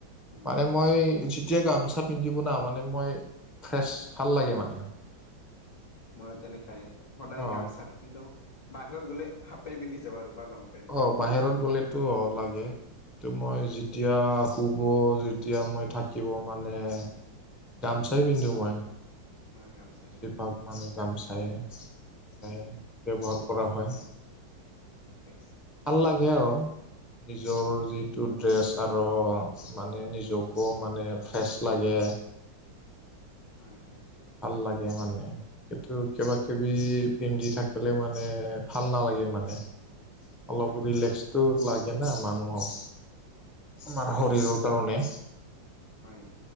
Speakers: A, on the left (about 65°); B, in the centre.
A: উম
B: মানে মই যেতিয়া গামচা পিন্ধিব ন মানে মই ফ্ৰেছ ভাল লাগে মানে।
A: মইয়ো তেনেকাই সদায়
B: অ
A: গামচাই কিন্তু বাহিৰত গ'লে হাফ পেণ্ট পিন্ধি যাব আৰু বা লং প!
B: অঁ বাহিৰত গ'লেতো অঁ লাগে কিন্তু
A: প্ৰয়ন
B: মই যি! যেতিয়া শুব যেতিয়া মই থাকিব মানে! গামচাই পিন্ধো মই।
A: মই গামচাই
B: বেছিভাগ
A: পিন্ধো তেনে।
B: মানে গামচাই সনেকে
A: উম
B: ব্যৱহাৰ কৰা হয়।
A: ঠিকে আছে।
B: ভাল লাগে আৰু নিজৰ
A: উম
B: যিটো ড্ৰেছ আৰু! মানে নিজকো মানে ফ্ৰেছ লাগে।
A: হয় হয়
B: ভাল লাগে মানে। কিন্তু কিবা কিবি পিন্ধি থাকিলে মানে ভাল নালাগে, মানে! অলপ
A: হয় হয়
B: ৰিলেক্সটো লাগে না মানুহক। আমাৰ
A: লাগে
B: শৰীৰৰ
A: লাগে
B: কাৰণে।
A: হয়।